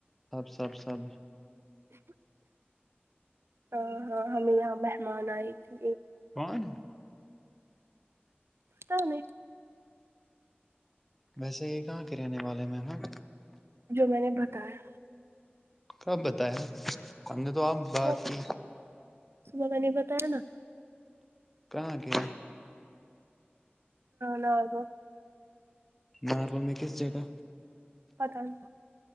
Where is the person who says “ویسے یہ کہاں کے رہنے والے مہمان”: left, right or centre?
Centre